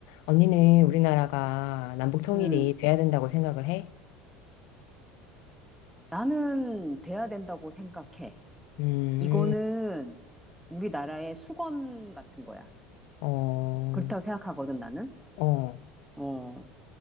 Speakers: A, on the left (about 70°); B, in the centre.
A: 언니는 우리나라가 남북 통일이
B: 음,
A: 돼야 된다고 생각을 해?
B: 나는 돼야 된다고 생각해.
A: 음,
B: 이거는 우리나라의 수건 같은 거야.
A: 어,
B: 그렇다고 생각하거든, 나는.
A: 어,
B: 어,